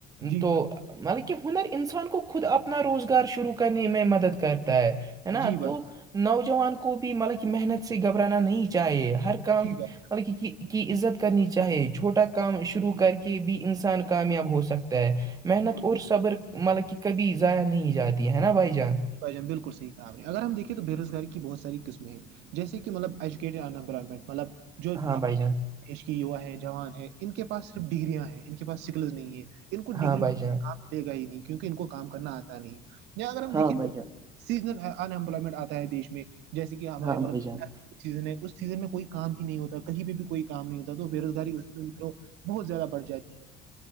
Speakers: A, on the right; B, on the right.
A: جی
B: تو
A: بھائی
B: مطلب کہ ہنر انسان کو خود اپنا روزگار شروع کرنے میں مدد کرتا ہے ہے نا
A: جی بھائی
B: تو
A: جان
B: نوجوان کو بھی مطلب کہ محنت سے گھبرانا نہیں چاہیے ہر کام
A: جی بھائی جان
B: بلکہ کی عزت کرنی چاہیے چھوٹا کام شروع
A: بالکل
B: کر کے بھی انسان کامیاب ہو سکتا ہے محنت اور
A: صحیح
B: صبر مطلب کہ کبھی ضائع نہیں جاتی ہے نا بھائی جان
A: بھ جان بالکل صح کام ہے اگر ہم دیکیں تو بے روزگاری کی بہت س قسمیں ہیں جیسے کہ مطلبجویٹیڈ انمپائمٹ مطلب جو
B: ہاں
A: ہمے
B: بھائی جان
A: دیش کی یوا ہے جوان ہیں ان کے پاس صرف ڈگریاں ہیں ان کے پاس سکلز نہیں ہے ان کو
B: ہاں
A: ڈگری
B: بھائی
A: میں
B: جان
A: کام دے گا ہی نہیں کیک ان کو کام کرنا آتا نہیں یا اگر ہم
B: ہاں
A: دیکھے
B: بھائی جان
A: سیزنل ان ایمپلائمنٹ آتا ہے دیش میں جیسے کہ ہمارے
B: ہاں
A: مطلب
B: بھائی جان
A: سیزن ہے اس سیزن میں کوئی کام ہی نہیں ہوتا کہیں پہ بھی کوئی کام نہیں ہوتا تو بے روزگاری بہت زیادہ بھ جاتی ہے